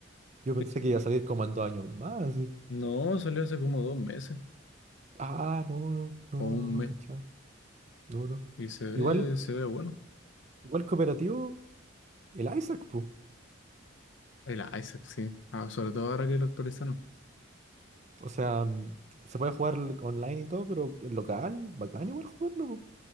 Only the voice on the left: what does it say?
Sí, sí.
No, salió hace como dos meses
o un
mes
y se ve,
se ve bueno.
El Isaac, sí. Ah, sobre todo ahora que lo actualizaron.